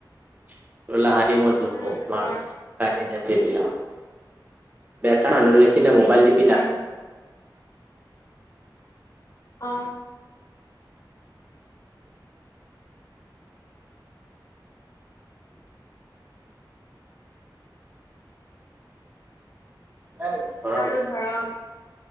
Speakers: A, on the right (about 20°); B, on the left (about 40°).
A: <unintelligible>
B: উম, হয়,
A: বেকাৰ মানুহ নিচিনা, মোবাইল টিপি
B: হয়।
A: লাভ নাই।
B: অ,
A: <inaudible>
B: আৰু ধৰা